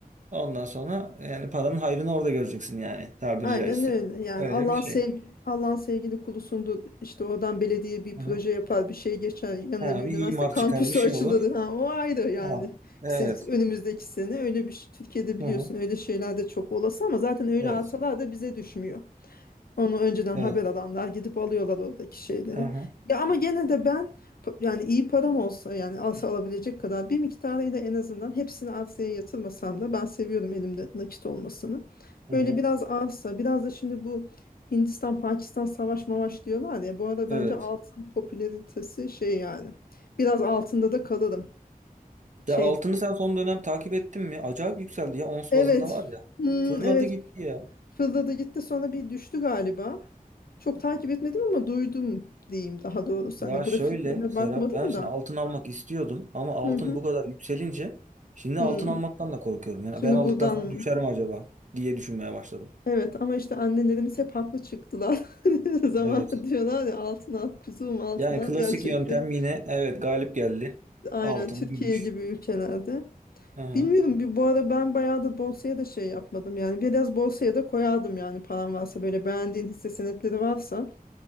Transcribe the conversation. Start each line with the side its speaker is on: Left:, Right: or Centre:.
Right: Ondan sonra yani paranın hayrını orada göreceksin yani tabiri
Left: Aynen
Right: caizse.
Left: öyle. Yani
Right: Öyle
Left: Allah'ın
Right: bir şey.
Left: sev Allah'ın sevgili kulusundu. İşte oradan belediye bir
Right: Hı.
Left: proje yapar, bir şey geçer. Yanına
Right: Ha,
Left: bir üniversite
Right: bir imar
Left: kampüsü
Right: çıkar bir şey
Left: <laughs> açılır.
Right: olur.
Left: Ha, o ayrı yani.
Right: Ha. Evet.
Left: İşte önümüzdeki sene öyle bir şey- Türkiye'de biliyorsun
Right: Hı hı.
Left: öyle şeyler de çok olası ama zaten öyle
Right: Evet.
Left: alsalar da bize düşmüyor. Onu önceden
Right: Evet.
Left: haber alanlar gidip alıyorlar oradaki şeyleri.
Right: Aha.
Left: Ya ama gene de ben p- yani iyi param olsa yani arsa alabilecek kadar bir miktarıyla en azından hepsini arsaya yatırmasam da ben seviyorum elimde nakit olmasını.
Right: Hı
Left: Böyle
Right: hı.
Left: biraz arsa biraz da şimdi bu Hindistan Pakistan savaş mavaş diyorlar ya bu arada bence
Right: Evet.
Left: altın popülaritesi şey yani biraz altında da kalırım. Şey,
Right: Ya altını sen son dönem takip ettin mi? Acayip yükseldi ya. Ons
Left: evet.
Right: bazında var ya.
Left: Hmm,
Right: Fırladı
Left: evet
Right: gitti ya.
Left: Fırladı gitti sonra bir düştü galiba. Çok takip etmedim ama duydum diyeyim daha doğrusu.
Right: Ya
Left: Hani grafiklerine
Right: şöyle Serap
Left: bakmadım
Right: ben şimdi
Left: da.
Right: altın almak istiyordum ama altın
Left: Hı hı.
Right: bu kadar yükselince şimdi
Left: Hı.
Right: altın almaktan da korkuyorum. Yani
Left: Şimdi
Right: ben aldıktan
Left: buradan
Right: sonra düşer mi acaba diye düşünmeye başladım.
Left: evet ama işte annelerimiz hep haklı çıktılar. <laughs> Zaman
Right: Evet.
Left: diyorlar ya altın al kuzum altın
Right: Yani
Left: al
Right: klasik
Left: gerçekten.
Right: yöntem yine evet galip geldi.
Left: Aynen
Right: Altın,
Left: Türkiye
Right: gümüş.
Left: gibi ülkelerde.
Right: Aha.
Left: Bilmiyorum bir bu ara ben bayağı da borsaya da şey yapmadım yani biraz borsaya da koyardım yani param varsa böyle beğendiğin hisse senetleri varsa.